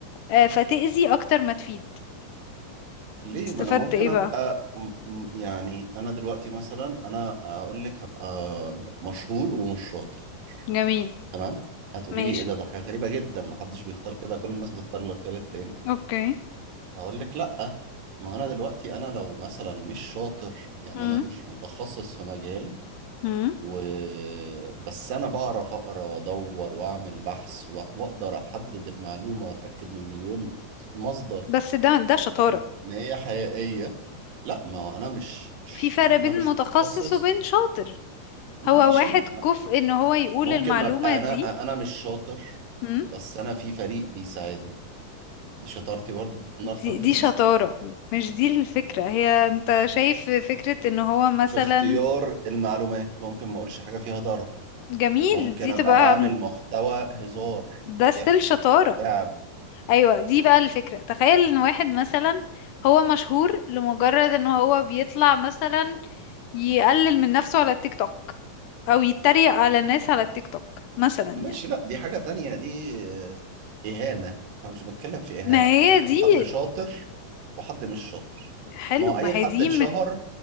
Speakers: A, on the left (about 75°); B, on the right (about 75°).
A: آه، فتأذي اكتر ما تفيد
B: ليه
A: استفدت
B: ما انا ممكن
A: ايه
B: ابقى
A: بقى
B: م- م- يعني انا دلوقتي مثلا انا اقول لك هبقى مشهور ومش شاطر
A: جميل
B: تمام هتقولي
A: ماشي
B: لي ايه ده ده حاجة غريبة جدا ما حدش بيختار كده كل الناس بتختار الاختيار التاني
A: اوكي
B: هقول لك لا ما انا دلوقتي انا لو مثلا مش شاطر يعني
A: مم.
B: انا مش متخصص في مجال
A: مم.
B: و بس انا بعرف اقرا وادور واعمل بحث و- واقدر احدد المعلومه واتاكد من مليون مصدر
A: بس ده ده شطارة
B: ان هي حقيقيه لا ما هو انا مش مش
A: في فرق
B: يعني
A: بين
B: انا مش
A: متخصص
B: متخصص
A: وبين شاطر
B: ماشي
A: هو واحد
B: ما-
A: كفء ان هو يقول
B: ممكن
A: المعلومة
B: ما ابقى انا
A: دي
B: انا مش شاطر
A: مم،
B: بس انا في فريق بيساعدني دي شطارتي برضو ان
A: دي,
B: انا اخترت
A: دي
B: الناس
A: شطارة مش دي الفكرة هي انت شايف فكرة ان هو مثلا
B: في اختيار المعلومات ممكن ما اقولش حاجه فيها ضرر
A: جميل
B: ممكن
A: دي
B: ابقى
A: تبقى
B: بعمل محتوى هزار
A: ده
B: ضحك
A: ستيل شطارة
B: لعب
A: ايوه دي بقى الفكرة تخيل ان واحد مثلا هو مشهور لمجرد ان هو بيطلع مثلا يقلل من نفسه على التيك توك او يتريق على الناس على التيك توك مثلا يعني
B: ماشي لا دي حاجة تانية دي آه، إهانة احنا مش بنتكلم في إهانة
A: ما
B: احنا
A: هي
B: بنتكلم
A: دي
B: حد شاطر وحد مش شاطر
A: حلو
B: ما هو
A: ما
B: أي حد
A: هي دي
B: اتشهر